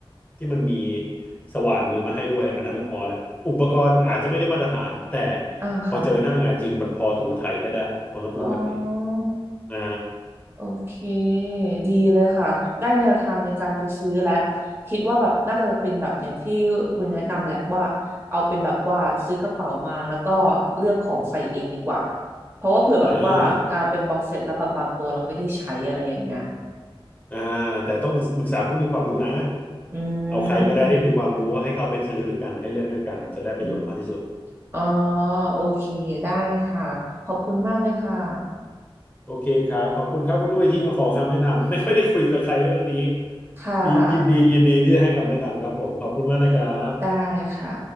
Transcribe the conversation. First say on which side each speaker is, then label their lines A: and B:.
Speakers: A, on the left; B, on the right.
A: ที่มันมีสว่านมือมาให้ด้วยอันนั้นน่ะพอแล้วอุปกรณ์อาจจะไม่ได้มาตรฐานแต่
B: อ่าค่ะ
A: พอเจอหน้างานจริงมันพอถูไถไปได้ผมต้องพูดแบบนี้
B: อ๋อ
A: อ่า
B: โอเคดีเลยค่ะได้แนวทางในการไปซื้อแล้ว คิดว่าแบบน่าจะเป็นแบบอย่างที่คุณแนะนำแหละว่า เอาเป็นแบบว่าซื้อกระเป๋ามาแล้วก็เลือกของใส่เองดีกว่าเพราะว่าเผื่อแบบว่าอ่าเป็นบ็อกเซตแล้วแบบบางตัวเราไม่ได้ใช้อะไรอย่างเงี้ย
A: อ่าอ่าแต่ต้องปรึกษาผู้มีความรู้นะ
B: อื
A: เอาใครก็ได้ที่มีความรู้ให้เขาไปซื้อด้วยกันให้เลือกด้วยกันอ่ะจะได้ประโยชน์มากที่สุด
B: มอืมอ๋อโอเคได้ค่ะขอบคุณมากเลยค่ะ
A: โอเคครับขอบคุณครับคุณอุ้ยที่มาขอคำแนะนำไม่ค่อยได้คุยกับใครเรื่องนี้
B: ค่ะ
A: ดียินดียินดีที่จะให้คำแนะนำครับผมขอบคุณมากนะครับ
B: ได้ค่ะ